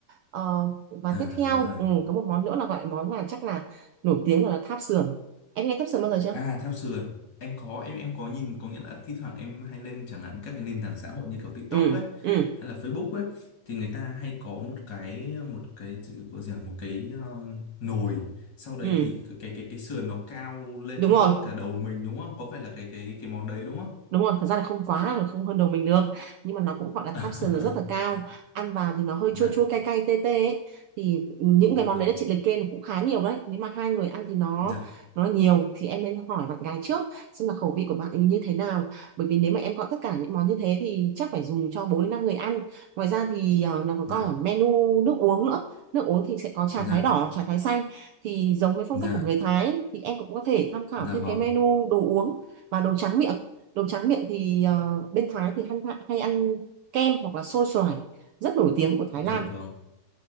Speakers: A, on the right; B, on the left.
A: Ờ, và
B: à
A: tiếp theo
B: đúng rồi
A: ừ, có một món nữa là gọi món là chắc là nổi tiếng gọi là tháp sườn em nghe tháp sườn bao giờ chưa
B: À theo sườn em có em em có nhìn có nghĩa là thi thoảng em hay lên chẳng hạn các cái nền tảng xã hội như kiểu TikTok
A: ừ
B: ấy
A: ừ
B: hay là Facebook ấy thì người ta hay có một cái một cái chữ- gọi gì à, một cái ờ, nồi sau đấy
A: ừ
B: thì cái cái cái, cái sườn nó cao lên
A: đúng
B: hơn
A: rồi
B: cả đầu mình đúng không? Có phải là cái cái cái món đấy đúng không?
A: đúng rồi thật ra là không quá là không hơn đầu mình được nhưng mà nó cũng gọi là
B: <laughs>
A: caption nó rất là cao ăn vào thì nó hơi
B: Dạ
A: chua chua cay cay tê tê ấy. thì những
B: dạ
A: cái món
B: vâng
A: đấy là chị liệt kê là cũng khá nhiều đấy nếu mà hai người ăn thì nó
B: dạ
A: nó nhiều thì em nên hỏi bạn gái trước xem là khẩu vị của bạn ấy như thế nào bởi vì nếu mà em gọi tất cả những món như thế thì chắc phải dùng cho bốn đến năm người ăn ngoài ra thì ờ, nó còn
B: dạ
A: có ở menu nước uống nữa nước uống thì sẽ có trà
B: dạ
A: thái đỏ trà thái xanh thì giống với phong
B: dạ
A: cách của người Thái ấy, thì em cũng có thể tham khảo
B: dạ
A: thêm
B: vâng
A: cái menu đồ uống và đồ tráng miệng Đồ tráng miệng thì ờ, bên Thái thì hay, hay ăn kem hoặc là xôi xoài rất nổi tiếng của Thái
B: dạ
A: Lan.
B: vâng